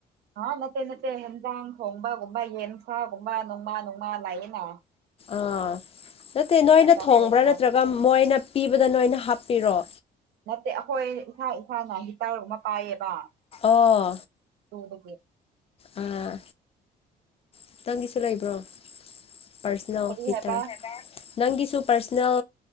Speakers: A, on the right; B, on the left.
A: ꯑ ꯅꯠꯇꯦ ꯅꯠꯇꯦ ꯍꯦꯟꯖꯥꯡ ꯊꯣꯡꯕꯒꯨꯝꯕ ꯌꯦꯟꯁꯥꯒꯨꯝꯕ ꯅꯣꯡꯃꯥ ꯣꯡꯃꯥ ꯂꯥꯛꯏꯅ
B: ꯑꯥ ꯅꯠꯇꯦ ꯅꯣꯏꯅ
A: ꯑꯩꯈꯣꯏ
B: ꯊꯣꯡꯕ꯭ꯔꯥ
A: ꯆꯥꯕꯅꯦ
B: ꯅꯠꯇ꯭ꯔꯒ ꯃꯣꯏꯅ ꯄꯤꯕꯗ ꯅꯣꯏꯅ ꯍꯥꯞꯄꯤꯔꯣ
A: ꯅꯠꯇꯦ ꯑꯩꯈꯣꯏ ꯏꯁꯥ ꯏꯁꯥꯅ ꯍꯤꯇꯔꯨꯛ ꯑꯃ ꯄꯥꯏꯌꯦꯕ
B: ꯑꯣ
A: ꯎꯔ
B: ꯑꯥ ꯅꯇꯪꯒꯤꯁꯨ ꯂꯩꯕ꯭ꯔꯣ ꯄꯔꯁꯅꯦꯜ
A: ꯀꯔꯤ
B: ꯍꯇꯔ
A: ꯍꯥꯏꯕ
B: ꯅꯪꯒꯤꯁꯨ ꯄꯔꯁꯅꯦꯜ